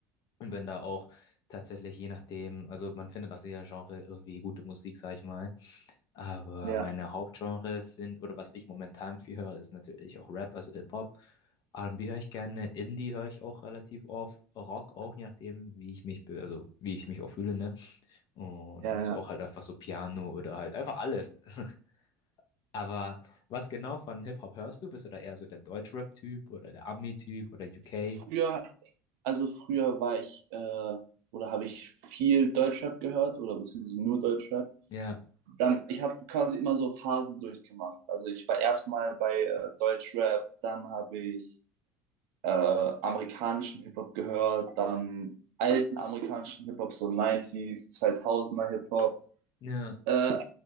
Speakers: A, on the left; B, on the right.
A: Und bin da auch tatsächlich je nachdem, also man findet aus jeder Genre irgendwie gute Musik, sag ich mal. Aber
B: Ja,
A: meine Hauptgenres sind, oder was ich momentan viel höre, ist natürlich auch Rap, also Hip-Hop. R&B höre ich gerne, Indie höre ich auch relativ oft, Rock auch, je nachdem, wie ich mich, be- also wie ich mich auch fühle, ne? Und
B: ja,
A: ab und
B: ja.
A: zu auch halt einfach so Piano oder halt einfach alles. <laughs> Aber was genau von Hip-Hop hörst du? Bist du da eher so der Deutschrap-Typ oder der Ami-Typ oder UK?
B: <laughs> Früher, also früher war ich, äh, oder habe ich viel Deutschrap gehört oder beziehungsweise nur Deutschrap.
A: Ja,
B: Dann, ich habe quasi immer so Phasen durchgemacht. Also ich war erstmal bei äh, Deutschrap, dann habe ich äh, amerikanischen Hip-Hop gehört, dann alten amerikanischen Hip-Hop, so 90 zweitausender Hip-Hop.
A: ja,
B: Äh,